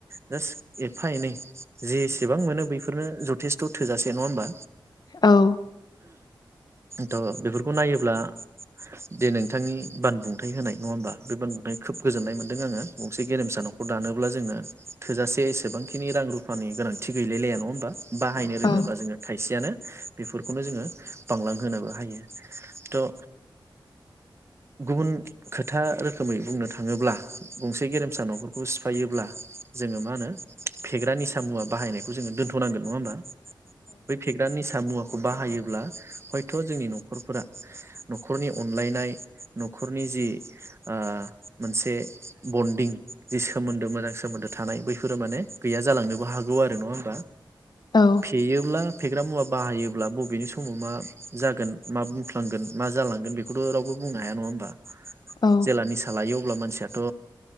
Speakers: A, on the right; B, on the left.
A: जास एफा एनै जेसेबां मोनो बेफोरनो जथेस्थ' थोजासे नङा होमबा।
B: औ
A: थ' बेफोरखौ नायोब्ला जे नोंथांनि बानबुंथाय होनाय नङा होमबा बे बानबुंथाय खोब गोजोननाय मोनदों आङो गंसे गेरेमसा न'खर दानोब्ला जोंनो थोजासे एसेबांखिनि रां रुफ रुफानि गोनांथि गैलायलाया नङा होनबा। बाहायनो रोङोब्ला
B: औ
A: जोङो थाइसेयानो बेफोरखौनो जोङो बांलांहोनोबो हायो। थ' गुबुन खोथा रोखोमै बुंनो थाङोब्ला गंसे गेरेमसा न'खरखौ सिफायोब्ला जोङो मा होनो फेग्रा निसा मुवा बाहायनायखौ जोङो दोन्थ'नांगोन नङा होमबा। बै फेग्रा निसा सामुवाख बाहायोब्ला हयथ' जोंनि न'खरफोरा न'खरनि अनलायनाय न'खरनि जि आ मोनसे बन्दिं जि सोमोन्दो मोजां सोमोन्दो थानाय बैफोरो माने गैया जालांनोबो हागौ आरो नङा होमबा।
B: औ
A: फेयोब्ला फेग्रा मुवा बाहायोब्ला बबेनि समाव मा जागोन मा बुंफ्लांगोन मा जालांगोन बेखौथ' रावबो बुंनो हाया नङा होनबा।
B: औ
A: जेला निसा लायो अब्ला मान मानसियाथ'